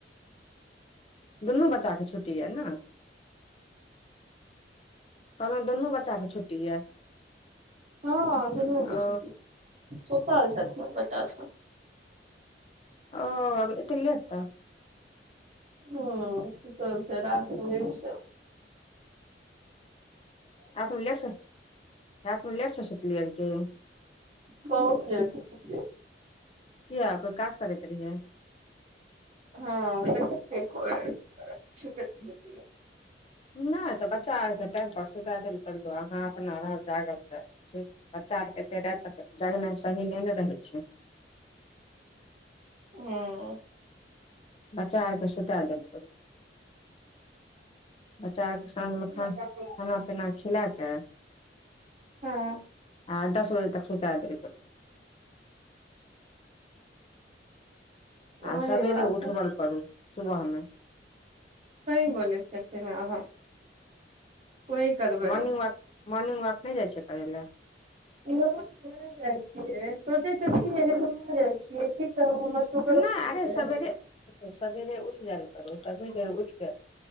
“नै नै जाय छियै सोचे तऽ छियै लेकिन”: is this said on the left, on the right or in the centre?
Right